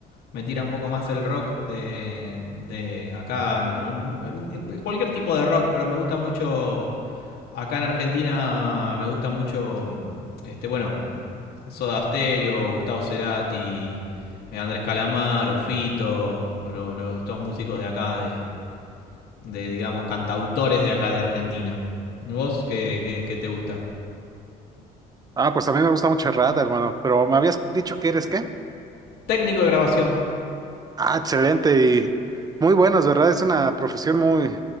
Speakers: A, on the left; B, on the right.
A: me tira un poco más el rock de, de acá, no, cualquier tipo de rock, pero me gusta mucho Acá en Argentina me gusta mucho, este, bueno, Soda Stereo, Gustavo Cerati, eh, Andrés Calamaro, Fito, lo- lo- estos músicos de acá, de, de, digamos, cantautores de acá de Argentina. ¿Vos qué, qué- qué te gusta?
B: Ah, pues a mí me gusta mucho el rap, hermano, pero me habías dicho que eres qué?
A: Técnico de grabación.
B: Ah, excelente y muy buenos, ¿verdad? Es una profesión muy,